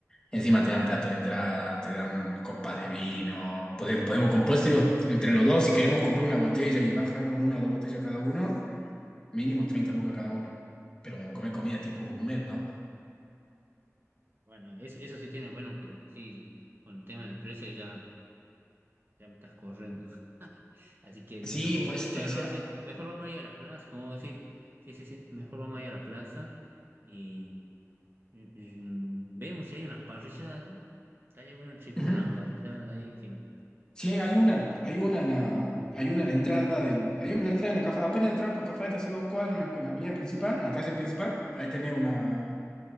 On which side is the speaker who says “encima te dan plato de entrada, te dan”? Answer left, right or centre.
Left